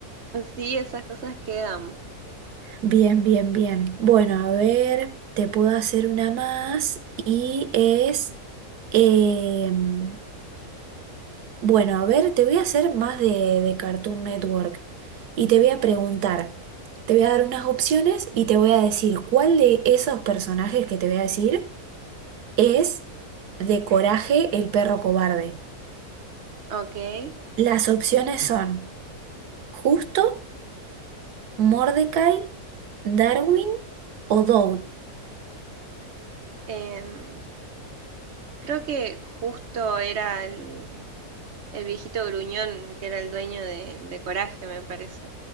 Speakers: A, on the right (about 55°); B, on the right (about 85°).
A: Sí, esas cosas quedan,
B: Bien, bien, bien. Bueno, a ver, te puedo hacer una más y es, em, Bueno, a ver, te voy a hacer más de, de Cartoon Network y te voy a preguntar, te voy a dar unas opciones y te voy a decir cuál de esos personajes que te voy a decir es de Coraje el perro cobarde.
A: ok.
B: Las opciones son Justo, Mordecai, Darwin o Doud.
A: Em, creo que justo era el, el viejito gruñón que era el dueño de, de Coraje, me parece.